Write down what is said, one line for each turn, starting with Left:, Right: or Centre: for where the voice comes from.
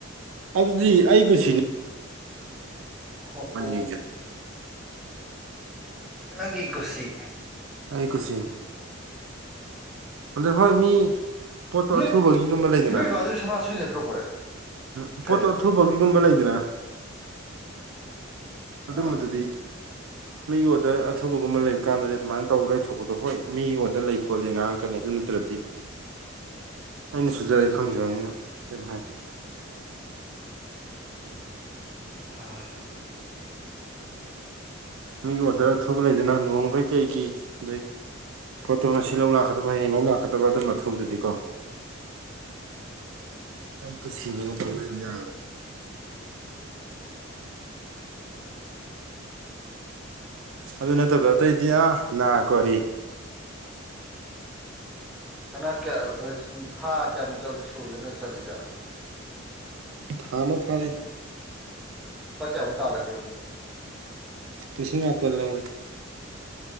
Right: ꯑꯗꯨꯗꯤ ꯑꯩ ꯀꯨꯁꯤꯅꯦ
Centre: ꯍ‌ꯣ ꯑ‌ꯣ
Right: ꯌꯦꯡꯁꯤꯟꯕ
Centre: ꯅꯪꯒꯤ ꯀꯨꯁꯤ
Right: ꯑꯩ ꯀꯨꯁꯤ ꯑꯗꯣ ꯍꯣꯏ ꯃꯤ ꯄ‌ꯣꯠꯇ‌ꯣ
Centre: ꯅꯣꯏ
Right: ꯑꯊꯨꯕꯒꯤ ꯒꯨꯝꯕ ꯂꯩꯗꯅ
Centre: ꯅꯣꯏ ꯕꯥꯁꯨ ꯁꯅꯥ ꯁꯨꯏ ꯅꯠꯇ꯭ꯔꯣ ꯄꯨꯔꯦ
Right: ꯎꯝ
Centre: ꯀꯔꯤ
Right: ꯄꯣꯠꯇꯣ ꯑꯊꯨꯕꯒꯤꯒꯨꯝꯕ ꯂꯩꯗꯅ ꯑꯗꯨꯝꯕꯗꯨꯗꯤ
Centre: ꯑꯥ
Right: ꯃꯤ ꯑꯣꯗ꯭ꯔ ꯑꯊꯨꯕꯒꯨꯝꯕ ꯂꯩꯕ ꯀꯥꯟꯗꯗꯤ ꯑꯗꯨꯃꯥꯏꯅ ꯇꯧꯔ ꯂꯩꯊꯣꯛꯄꯗꯣ ꯍꯣꯏ ꯃꯤ ꯑꯣꯗ꯭ꯔ ꯂꯩ ꯈꯣꯠꯂꯦ ꯉꯥꯡ ꯀꯅꯤ ꯑꯗꯨ ꯅꯠꯇ꯭ꯔꯗꯤ ꯑꯩꯅ ꯁꯨꯖꯔꯥ ꯑꯩꯅꯥ ꯐꯪꯖꯕꯅꯤꯅ ꯀꯩꯝ ꯍꯥꯏꯔ‌ꯣꯏ
Centre: ꯑꯥ
Right: ꯃꯤꯒꯤ ꯑꯣꯔꯗ꯭ꯔ ꯑꯊꯨꯕ ꯂꯩꯗꯅ ꯂꯨꯍꯣꯡꯕꯩ ꯀꯩꯒꯤ ꯑꯗꯨꯏ ꯄꯣꯠꯇꯣ ꯉꯁꯤ ꯂꯧ ꯂꯥꯛꯀꯗꯕ ꯍꯌꯦꯡ ꯂꯧ ꯂꯥꯛꯀꯗꯕ ꯑꯗꯨꯝꯕ ꯑꯊꯨꯕꯗꯨꯗꯤꯀꯣ ꯑꯩ ꯀꯨꯁꯤ ꯅ‌ꯦꯅꯥ ꯇꯧ ꯌꯥꯔ‌ꯣꯏꯕ
Centre: <unintelligible> <inaudible>
Right: ꯑꯗꯨ ꯅꯠꯇꯕ ꯑꯇꯩꯗꯤ ꯑꯥ ꯅꯥ ꯀꯣꯔꯤ
Centre: ꯍꯟꯗꯛꯀ <unintelligible> ꯀꯌꯥ ꯅ‌ꯣꯏ ꯊꯥ ꯀꯌꯥꯃꯨꯛ ꯆꯠꯂ‌ꯦ ꯁꯨꯒꯦ ꯅ‌ꯣꯏ ꯆꯠꯂꯤꯖꯦ
Right: ꯊꯥ ꯑꯃ ꯐꯔꯦ
Centre: ꯂꯨꯄꯥ ꯀꯌꯥꯃꯨꯛ ꯇꯥꯜꯂꯒꯦꯕ
Right: ꯂꯤꯁꯤꯡ ꯃꯥꯄꯜ ꯂꯧꯔ‌ꯦ